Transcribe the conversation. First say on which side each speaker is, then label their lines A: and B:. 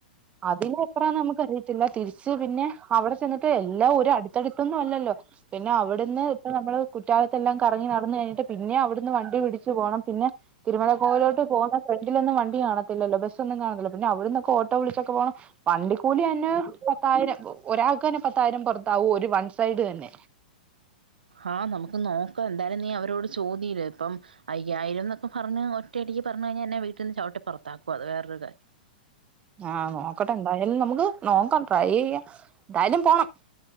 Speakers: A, on the right; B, on the right.
A: അതിന്യൂ അത്രാന്ന് നമുക്ക് അറിയത്തില്ല തിരിച്ച് പിന്നെ അവിടെ ചെന്നിട്ട് എല്ലാം ഒരു അടുത്തടുത്തൊന്നും അല്ലല്ലോ പിന്നെ അവിടുന്ന് ഇപ്പൊ നമ്മള് കുറ്റാലത്തെ എല്ലാം കറങ്ങി നടന്ന കഴിഞ്ഞിട്ട് പിന്നെ അവിടുന്ന് വണ്ടി പിടിച്ചു പോണം പിന്നെ തിരുമല കോയിലോട് പോകുന്ന ഫ്രണ്ടിലൊന്നും വണ്ടി കാണത്തില്ലോ പക്ഷെ ന്നും കാണുന്നില്ല പിന്നെ അവിടന്നൊക്കെ ഓട്ടോ വിളിച്ചൊക്കെ പോകണം പണ്ടിക്കൂലി ഞ്ഞെ പത്തായിരം ഒരാൾക്കന്നെ പത്തായിരം പുറത്താവൂ ഒരു വൺ സൈഡ് തന്നെ
B: ആഹ് നമുക്ക് നോക്കാം എന്തായാലും നീ അവരോട് ചോതിലെ ഇപ്പം അയ്യായിരം ന്നൊക്കെ പറഞ്ഞ ഒറ്റയടിക്ക് പറഞ്ഞു കഴിഞ്ഞാൽ എന്നെ വീട്ടിൽ നിന്ന് ചട്ട പുറത്താക്കും അത് വേറൊര് കാര്യം
A: ആഹ് നോക്കട്ടെ എന്തായാലും നമുക്ക് നോക്കാം ട്രൈ ചെയ്യ എന്തായാലും പോണം